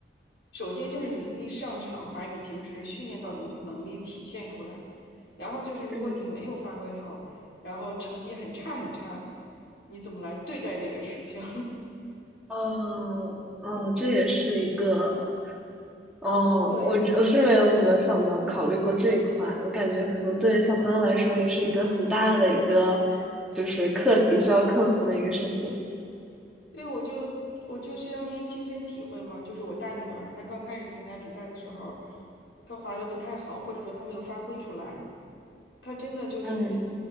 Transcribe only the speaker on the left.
首先就是你可以上场把你平时训练到的能力体现出来，然后就是如果你没有发挥好，
然后成绩很差很差，你怎么来对待这个事情？
<laughs> 对。
对，我就我就相当于亲身体会嘛，就是我大女儿，她刚开始参加比赛的时候，她滑的不太好，或者说她没有发挥出来，她真的就是